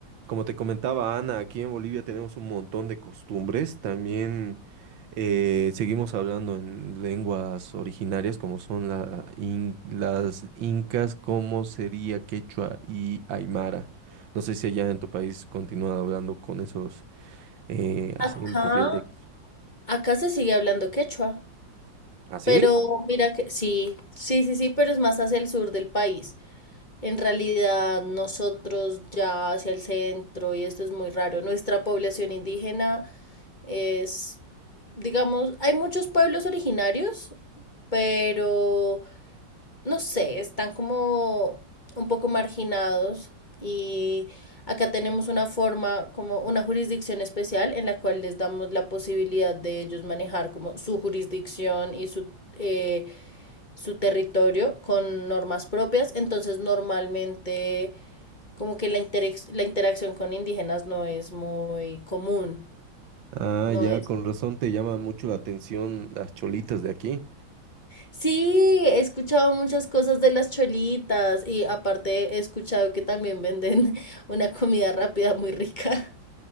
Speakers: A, on the right; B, on the left.
A: Como te comentaba Ana, aquí en Bolivia tenemos un montón de costumbres. También eh, seguimos hablando en lenguas originarias como son la in- las incas, como sería quechua y aymara. No sé si allá en tu país continúan hablando con esos eh,
B: Acá,
A: acentos, dialectos.
B: acá se sigue hablando quechua,
A: ¿Así?
B: pero mira que sí, sí, sí, sí, pero es más hacia el sur del país. En realidad, nosotros ya hacia el centro, y esto es muy raro, nuestra población indígena es, digamos, hay muchos pueblos originarios, pero no sé, están como un poco marginados y acá tenemos una forma, como una jurisdicción especial en la cual les damos la posibilidad de ellos manejar como su jurisdicción y su, eh, su territorio con normas propias. Entonces normalmente como que la, inter la interacción con indígenas no es muy común,
A: Ah,
B: no
A: ya,
B: es
A: con razón te llama mucho la atención las cholitas de aquí.
B: Sí, he escuchado muchas cosas de las cholitas y aparte he escuchado que también venden <laughs> una comida rápida muy rica.